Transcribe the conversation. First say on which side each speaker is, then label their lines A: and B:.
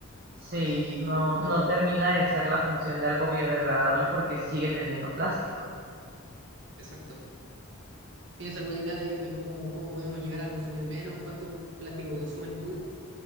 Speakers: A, on the right; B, on the right.
A: Sí,
B: Y,
A: no,
B: y, bueno,
A: no
B: co-
A: termina de ser la función de algo biodegradable porque sigue teniendo plástico.
B: exacto. ¿Tienes alguna idea de, de cómo, cómo podemos llegar a consumir menos? ¿Cuánto plástico consumes tú?